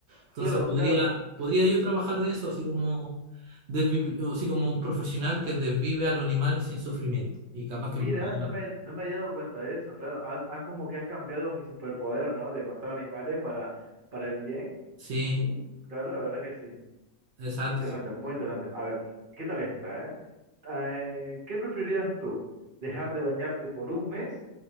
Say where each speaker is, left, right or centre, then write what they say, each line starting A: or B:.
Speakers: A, on the right; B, on the right.
A: Entonces
B: claro,
A: podría,
B: claro.
A: podría yo trabajar de eso, así como, desvivi- o así como un profesional que desvive a los animales sin sufrimiento. Y capaz
B: Mira,
A: que me pagarían.
B: no me, no me había dado cuenta de eso, claro. Has, has como que has cambiado mi superpoder, ¿no? De matar animales para, para el bien.
A: Sí,
B: Mm, claro, la verdad que sí.
A: exacto.
B: Interesante,
A: sí.
B: muy interesante. A ver, ¿qué tal esta, eh? Ah, Eh, ¿qué preferirías tú? ¿Dejar de bañarte por un mes